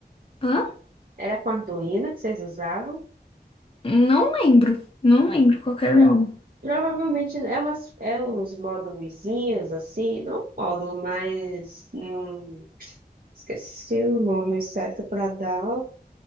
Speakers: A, on the left; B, on the right.
A: Hã?
B: Era com Arduino que vocês usavam?
A: Não lembro, não lembro qual que era
B: Pro-
A: o nome.
B: provavelmente é, umas, é uns módulozinhos, assim, não módulo, mas hum, esqueci o nome certo para dar.